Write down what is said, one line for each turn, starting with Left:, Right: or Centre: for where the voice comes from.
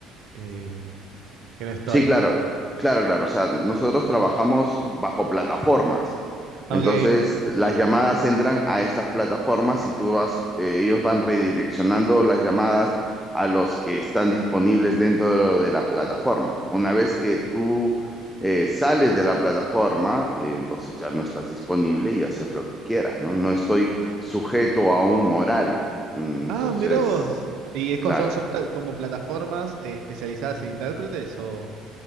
Right: eh, que no estoy?
Centre: Sí, claro, claro, claro. O sea, nosotros trabajamos bajo plataformas. Entonces,
Right: Ok.
Centre: las llamadas entran a estas plataformas y tú vas, eh, ellos van redireccionando las llamadas a los que están disponibles dentro de la plataforma. Una vez que tú eh, sales de la plataforma, eh, entonces ya no estás disponible y haces lo que quieras, ¿no? No estoy sujeto a un horario. Mm, Entonces,
Right: Ah, mirá vos. ¿Y es
Centre: claro.
Right: con- son, son pla- como plataformas eh, especializadas en intérpretes o...?